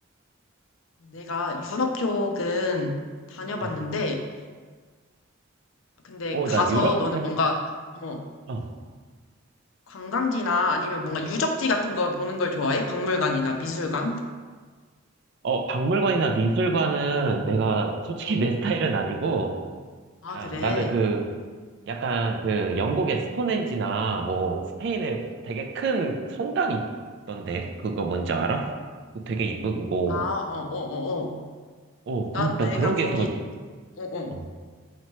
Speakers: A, on the left; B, on the right.
A: 내가 유럽 쪽은 다녀봤는데,
B: 응.
A: 근데
B: 어,
A: 가서
B: 나 유럽,
A: 너는
B: 해-
A: 뭔가, 어,
B: 어.
A: 관광지나 아니면 뭔가 유적지 같은 거 보는 걸 좋아해? 박물관이나 미술관?
B: 어, 박물관이나 미술관은 내가 솔직히
A: 응.
B: 내 스타일은 아니고,
A: 아,
B: 아,
A: 그래.
B: 나는 그, 약간 그 영국의 스톤헨지나 뭐 스페인에 되게 큰 성당이 있던데, 그거 뭔지 알아? 그 되게 이쁘고,
A: 아, 어, 어, 어, 어.
B: 어, 근,
A: 나,
B: 나
A: 내가
B: 그런
A: 거기,
B: 게 더,
A: 어, 어.
B: 어,